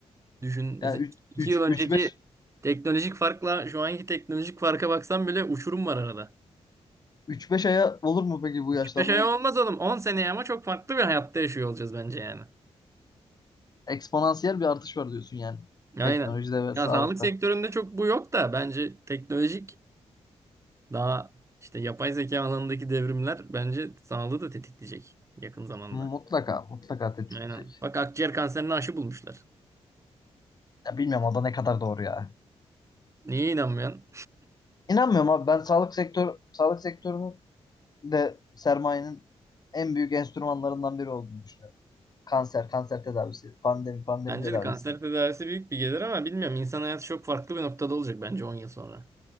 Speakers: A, on the right; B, on the left.
A: Düşün mesela
B: Yani
A: iki
B: 3
A: yıl önceki
B: 3 5
A: teknolojik farkla şu anki teknolojik farka baksan bile uçurum var arada.
B: 3 5 aya olur mu peki bu
A: Küçük
B: yaşlanmayı?
A: bir şey olmaz oğlum. 10 seneye ama çok farklı bir hayatta yaşıyor olacağız bence yani.
B: Eksponansiyel bir artış var diyorsun yani.
A: Aynen.
B: Teknolojide ve
A: Ya
B: sağlıkta.
A: sağlık sektöründe çok bu yok da bence teknolojik daha işte yapay zeka alanındaki devrimler bence sağlığı da tetikleyecek yakın zamanda.
B: Mutlaka mutlaka tetikleyecek.
A: Aynen. Bak akciğer kanserine aşı bulmuşlar.
B: Ya bilmiyorum o da ne kadar doğru ya.
A: Niye inanmıyorsun?
B: İnanmıyorum abi ben sağlık sektör sağlık sektörünün de sermayenin en büyük enstrümanlarından biri olduğunu düşünüyorum. Kanser, kanser tedavisi, pandemi, pandemi
A: Bence
B: tedavisi.
A: de kanser tedavisi büyük bir gelir ama bilmiyorum. İnsan hayatı çok farklı bir noktada olacak bence 10 yıl sonra.